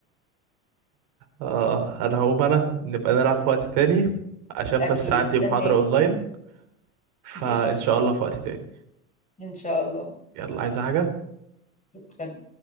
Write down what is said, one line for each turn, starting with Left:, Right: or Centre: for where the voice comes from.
Right: اه انا هقوم انا نبقى نلعب في وقت تاني عشان
Left: اكيد
Right: بس عندي
Left: استناك
Right: محاضرة اونلاين فان
Left: مفيش مشكله
Right: شاء الله في وقت تاني
Left: ان شاء الله
Right: يلا عايزة حاجة
Left: شكرا